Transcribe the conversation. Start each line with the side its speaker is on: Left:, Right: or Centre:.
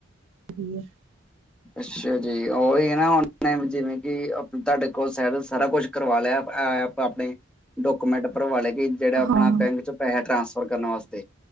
Right: ਦੀ ਹੈ।
Centre: ਅੱਛਾ ਜੀ ਓਹੀ ਅ ਨਾ ਉਹ ਟਾਈਮ ਜ਼ਿੰਦਗੀ ਤੁਹਾਡੇ ਕੋਲ ਸਾਈਡ ਸਾਰਾ ਕੁਛ ਕਰਵਾ ਲਿਆ ਅ ਆਪਣੇ ਡਾਕੂਮੈਂਟ ਭਰਵਾ ਲੇ ਬਈ ਜੈੜਾ ਆਪਣਾ
Right: ਹਾਂ
Centre: ਬੈਂਕ ਚ ਪੈਹਾਂ ਟਰਾਂਸਫਰ ਕਰਨ ਵਾਸਤੇ